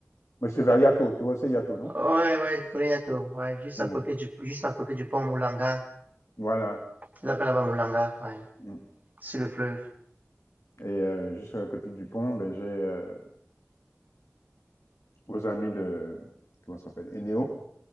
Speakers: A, on the left; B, on the right.
A: mais c'est vers Yato, tu vois, c'est Yato, non?
B: Ouais, ouais, je connais Yato. Ouais, juste
A: Ouais.
B: à côté du, juste à côté du pont Moulanga.
A: Voilà.
B: Ils appellent là-bas Moulanga, ouais.
A: Mm.
B: Sur le fleuve.
A: Et euh, juste à côté du pont, ben, j'ai euh, vos amis de, comment ça s'appelle, Eneo,